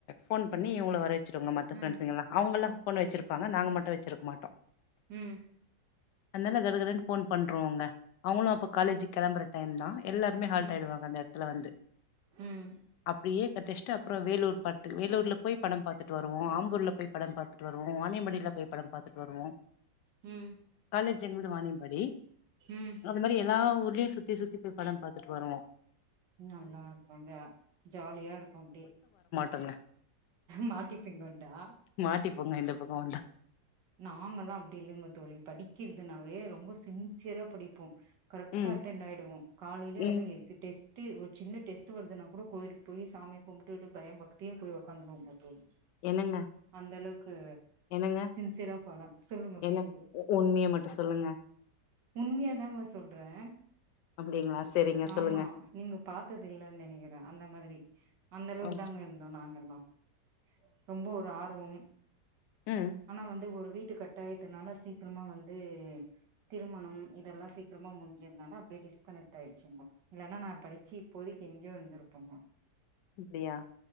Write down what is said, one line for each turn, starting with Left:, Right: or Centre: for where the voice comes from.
Left: போன் பண்ணி இவங்கள வர வச் சிடுவாங்க மத்த
Right: ம்
Left: ப்ரெண்ஸ்கல்லாம் அவங்கல்லாம் போன் வச்சிருப்பாங்க நாங்க மட்டும் வச்சிருக்க மாட்டோம்
Right: உம்
Left: அதனால கடகடன்னு போன் பண்றோங்க அவங்களும் அப்ப காலேஜி
Right: ம்
Left: கிளம்பற டைம் தான் எல்லாருமே ஹால்ட்
Right: ம்
Left: ஆகிடுவாங்க அந்த இடத்துல வந்து
Right: ம்
Left: அப்படியே டெஸ்ட அப்பறம் வேலூர் படத்துக்கு வேலூர்ல போய் படம் பாத்துட்டு வருவோம் ஆம்பூர்ல போய் படம் பார்த்து ட்டு வருவோ வாணியபாடியில போய் படம் பாத்துட்டு வருவோம்
Right: ம்
Left: காலேஜ் எங்களது வாணியபாடி
Right: ம்
Left: அந்த மாரி எல்லா ஊர்லயும் சுத்தி சுத்தி போய் படம் பாத்துட்டு வருவோம்
Right: நல்லா இருக்கும் ஜாலியா இருக்கும் அப்டி
Left: தண்ண
Right: மாட்டிப்பீங்கோண்டா
Left: மாட்டிப்போங்க இந்த பக்கோ வந்தா
Right: நாங்கல்லாம் அப்டி இல்லைங்க தோழி படிக்கிறதுனாவே ரொம்ப சின்சியரா படிப்போம் கரெக்டா
Left: ம்
Right: அட்டென் ஆயிடுவோம் காலையிலேயே
Left: ம்
Right: அதுவும் எக்ஸ்டேஸ் ஒரு சின்னடெஸ்ட் வருதுனா கூட கோயிலுக்கு போய் சாமி கும்புடுட்டு பய பக்தியு போய் உக்காந்துருவோம் முதல்
Left: என்னங்க
Right: அந்த அளவுக்கு
Left: என்னங்க
Right: சிரபாலா சொல்லுங்க
Left: என்ன
Right: கேக்குது
Left: உண்மைய மட்டு சொல்லுங்க
Right: உண்மையாதாங்க சொல் சொல்றேன்
Left: அப்டிங்களா செரிங்க
Right: ஆமா
Left: சொல்லுங்க
Right: நீங்க பாத்தது இல்லைன்னு நினைக்கிறேன் அந்த மாதிரி அந்த அளவுக்கு
Left: ஓ
Right: தாங்க இருந்தோம் நாங்கெல்லாம் ரொம்ப ஒரு ஆர்வம்
Left: உம்
Right: ஆனா வந்து ஒரு வீட்டு கட்டாயதுனால சீக்கிரமா வந்து திருமணம் இதெல்லாம் சீக்கிரமா முடிஞ்சதுனால அப்டியே டிஸ்கனெக்ட் ஆயிடுச்சுங்க இல்லைன்னா நான் படிச்சி இப்போதக் எங்கயோ இருந்திருப்போமா
Left: அப்டியா